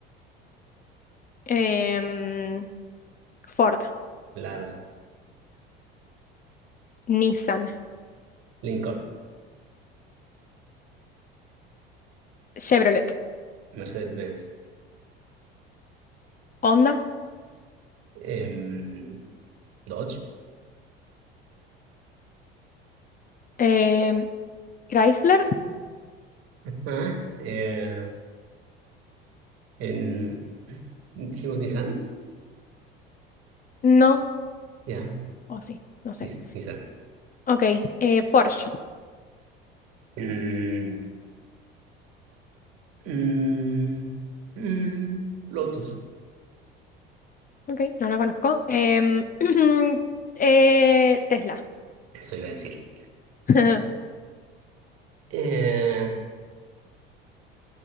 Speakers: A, on the left; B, on the right.
A: Em, Ford,
B: Lada,
A: Nissan,
B: Lincoln,
A: Chevrolet,
B: Mercedes-Benz,
A: Honda,
B: em, Dodge.
A: em, Chrysler,
B: Ah, eh, en, dijimos Nissan.
A: no,
B: Ya,
A: o sí, no sé.
B: Nis- Nissan.
A: Ok, eh, Porsche,
B: Mm, mm, mm, Lotus,
A: ok, no la conozco. Em, <clears throat> eh, Tesla.
B: eso iba a decir.
A: <laughs>
B: Eh,